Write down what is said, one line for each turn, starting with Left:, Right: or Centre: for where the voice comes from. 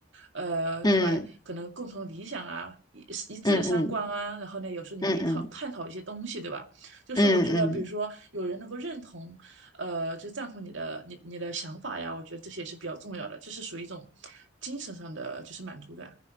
Right: 呃，
Left: 嗯
Right: 对吧？可能共同的理想啊，一一致的三观啊，
Left: 嗯嗯
Right: 然后呢，有时候你们可以讨探讨一些东西，
Left: 嗯嗯
Right: 对吧？就是我觉得，
Left: 嗯嗯
Right: 比如说有人能够认同呃，就赞同你的你你的想法呀，我觉得这些也是比较重要的，这是属于一种精神上的就是满足感，